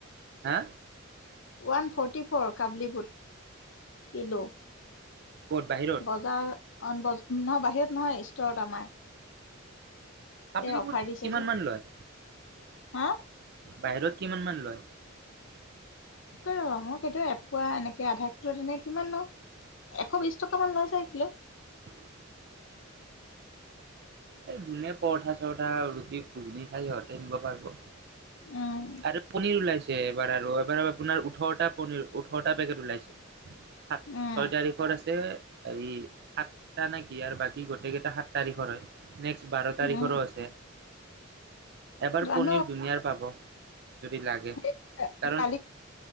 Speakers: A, on the right; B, on the left.
A: হা?
B: ওৱান ফ'ৰ্টি ফ'ৰ কাবলী বুট কিলো।
A: ক'ত বাহিৰত
B: বজাৰ অন বজ নহয় বাহিৰত নহয়, ষ্টৰত আমাৰ।
A: কাবলি
B: এই অফাৰ
A: বুট
B: দিছে
A: কিমান
B: যে।
A: মান লয়?
B: হা,
A: বাহিৰত কিমান মান লয়?
B: ৰ মই কেতিয়া এপোৱো এনেকে আধা কিলো তেনে কিমান লওঁ এশ বিছ টকা মান লয় চাগে কিলো!
A: <inaudible> এতে দুনিয়াৰ পৰঠা চৰঠা ৰুটি ঘুগুনি খাই সিহঁতে নিব পাৰব।
B: উম
A: আৰু পনীৰ ওলাইছে এইবাৰ আৰু এইবাৰ <unintelligible> আপোনাৰ ওঠৰতা পনীৰ, ওঠৰতা পেকেট ওলাইছে। সাত
B: উম
A: ছয় তাৰিখত আছে। এই সাতটা নেকি আৰু বাকী গোটেই কেইটা সাত তাৰিখৰ হয়। নেক্সট বাৰ তাৰিখৰো
B: উম
A: আছে। এবাৰ
B: জানো
A: পনীৰ দুনীয়াৰ পাব। যদি লাগে
B: <unintelligible>
A: কাৰণ